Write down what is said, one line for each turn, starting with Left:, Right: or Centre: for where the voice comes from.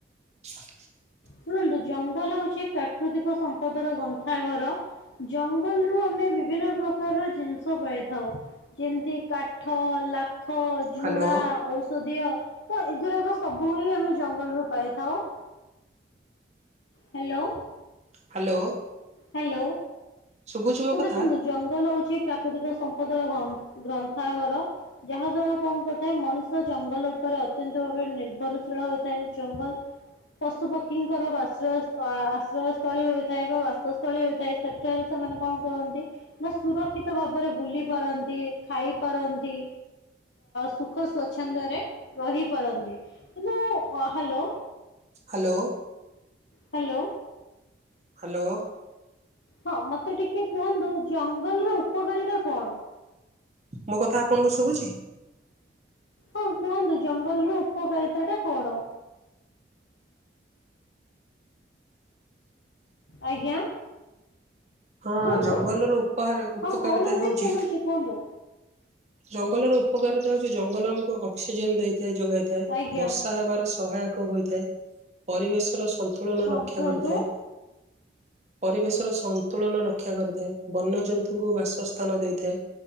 Right: <inaudible>
Left: ଶୁଣନ୍ତୁ ଜଙ୍ଗଲ ହଉଛି ପ୍ରାକୃତିକ ସମ୍ପଦ ର ଗନ୍ଥାଘର। ଜଙ୍ଗଲରୁୁ ଆମେ ବିଭିନ୍ନ ପ୍ରକାରର ଜିନିଷ ପାଇଥାଉ ଯେମିତି କା ଠ ଲାଖ ଝୁଣା
Right: ହ୍ୟାଲୋ
Left: ଔଷଧିୀୟ ତ ଏଗୁରାକ ସବୁ ବୁ ହିଁ ଆମେ ଜଙ୍ଗଲରୁୁ ପାଇଥାଉ। ହ୍ୟାଲୋ।
Right: ହ୍ୟାଲୋ।
Left: ହ୍ୟାଲୋ
Right: ଶୁଭୁଛି ମୋ
Left: ତୋ
Right: କଥା
Left: ଦେଖନ୍ତୁ ଜଙ୍ଗଲ ହଉଛି ପ୍ର ପ୍ରାକୃତିକ ସମ୍ପଦର ଗ୍ର ଗ୍ରନ୍ଥାଘର। ଯାହା ଦ୍ଵାରା କଣ କରିଥାଏ ମଣିଷ ଜଙ୍ଗଲ ଉପରେ ଅତ୍ୟନ୍ତ ଭାବରେ ନିର୍ଭରଶୀଳ ହୋଇଥାଏ ଜଙ୍ଗଲ ପଶୁ ପକ୍ଷୀଙ୍କର ବାଶ୍ରୟ ଆଶ୍ରୟସ୍ଥଳୀ ହୋଇଥାଏ ବା ବା ପାକସ୍ଥଳୀ ହୋଇଥାଏ ସେଠାରେ ସେମାନେ କଣ କରନ୍ତି? ନା ସୁରକ୍ଷିତ ଭାବରେ ବୁଲି ପାରନ୍ତି ଖାଇ ପାରନ୍ତି। ସୁଖ ସ୍ଵଚ୍ଛନ୍ଦରେ ରହି ପାରନ୍ତି। ଏ ଯୋଉ ହଁ ହ୍ୟାଲୋ।
Right: ହ୍ୟାଲୋ।
Left: ହ୍ୟାଲୋ।
Right: ହ୍ୟାଲୋ।
Left: ହଁ ମତେ ଟିକେ କୁହନ୍ତୁ ଜଙ୍ଗଲର ଉପକାରିତା କଣ?
Right: ମୋ କଥା ଆପଣଙ୍କୁ ଶୁଭୁଛି।
Left: ହଁ କୁହନ୍ତୁ ଜଙ୍ଗଲ ର ଉପକାରିତା ଟା କଣ? ଆଜ୍ଞା।
Right: ହଁ
Left: କୁହନ୍ତୁ।
Right: ଜଙ୍ଗଲର ଉପହାର ଉପକାରିତା
Left: ହଁ କହୁନାହାନ୍ତି
Right: ହେଉଛି
Left: ଶୁଣୁଛି କୁହନ୍ତୁ।
Right: ଜଙ୍ଗଲର ଉପକାରିତା ହୋଉଚି ଜଙ୍ଗଲ ଆମକୁ ଅକ୍ସିଜେନ ଦେଇଥାଏ ଯୋଗାଇ। ଥାଏ
Left: ଆଜ୍ଞା
Right: ବର୍ଷା ହେବାର ସହାୟକ ହୋଇଥାଏ ପରିବେଶର ସଂ ତୁଳନା
Left: ହଁ
Right: ରକ୍ଷା
Left: କୁହନ୍ତୁ।
Right: କରିଥାଏ ପରିବେଶର ସଂ ତୁଳନା ରକ୍ଷା କରିଥାଏ ବନ୍ୟଜନ୍ତୁଙ୍କୁ ବାସସ୍ଥାନ ଦେଇଥାଏ।